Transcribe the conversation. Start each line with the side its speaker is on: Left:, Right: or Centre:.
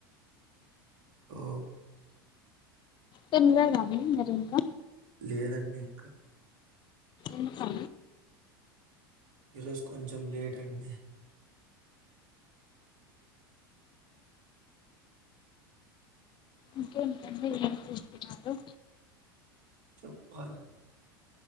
Right: ఓ
Left: తంగా కానీ మరింకా
Right: లేదన్నీ ఇంకా
Left: ఇంకా
Right: ఈరోజు కొంచెం లేట్ అండి
Left: ఇంకేంటండి ఏం చేస్తున్నారు
Right: చెప్పాలే